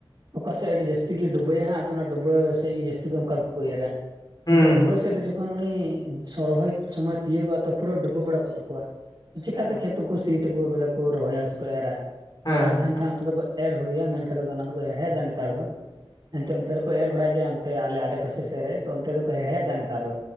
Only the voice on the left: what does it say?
ᱦᱩᱸ
ᱦᱩᱸ
ᱦᱮᱸ
ᱦᱮᱸ
ᱦᱮᱸ